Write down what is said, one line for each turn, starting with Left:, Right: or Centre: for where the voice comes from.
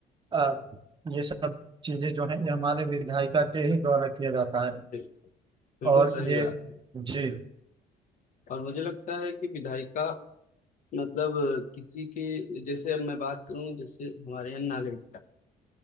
Right: अ, ये सब चीजें जो है ये हमारे विधायिका के ही द्वारा किया जाता है
Left: बिल्कुल बिल्कुल
Right: और
Left: सही
Right: ये
Left: बात है
Right: जी
Left: और मुझे लगता है कि विधायिका मतलब अ, किसी के जैसे अब मैं बात करूं जैसे हमारे यहाँ नागरिकता